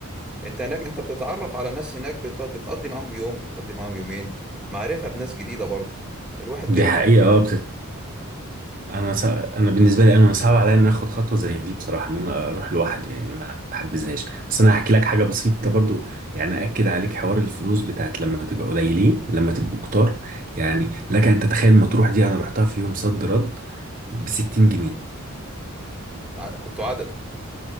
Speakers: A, in the centre; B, on the right (about 40°).
A: انت هناك انت بتتعرف على ناس هناك بت- بتقضي معاهم يوم بتقضي معاهم يومين معرفة بناس جديدة برضه الواحد
B: دي
A: بيرجع
B: حقيقة أه بتت... أنا سا... أنا بالنسبة لي أنا صعب عليا إن أنا آخد خطوة زي دي بصراحة إن أنا أروح لوحدي يعني ما بحبذهاش بس أنا هحكي لك حاجة بسيطة برضو يعني أكد عليك حوار الفلوس بتاعت لما تبقى قليلين لما تبقوا كتار يعني لك أن تتخيل مطروح دي أنا رحتها في يوم صد رد ب 60 جنيه
A: مع- كنتوا عدد